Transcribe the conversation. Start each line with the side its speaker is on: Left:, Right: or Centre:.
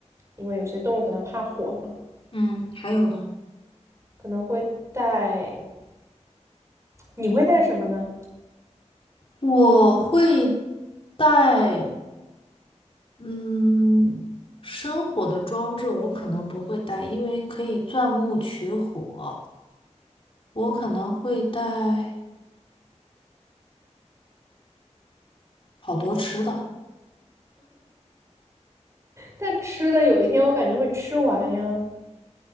Right: 因为有些动物可能怕火嘛，
Left: 嗯，还有呢？
Right: 可能会带。你会带什么呢？
Left: 我会带，嗯，生火的装置我可能不会带，因为可以钻木取火。我可能会带好多吃的。
Right: 但吃的有一天我感觉会吃完呀。